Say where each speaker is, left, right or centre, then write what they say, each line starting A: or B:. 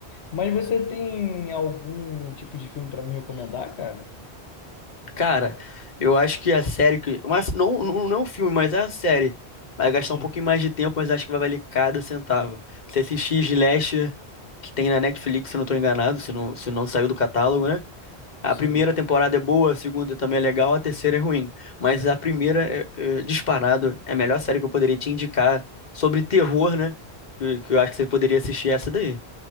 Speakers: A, on the left; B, on the left.
A: Mas você tem algum tipo de filme para me recomendar, cara?
B: Cara, eu acho que a série que. Mas não, não, não é um filme, mas é a série. Vai gastar
A: Sim,
B: um pouquinho mais de tempo, mas acho que vai valer cada centavo. Se assistir Slasher, que tem na Netflix, se eu não tô enganado, se não, se não saiu do catálogo, né? A
A: sim.
B: primeira temporada é boa, a segunda também é legal, a terceira é ruim. Mas a primeira, é, é, disparado, é a melhor série que eu poderia te indicar sobre terror, né? Que, que eu acho que você poderia assistir essa daí.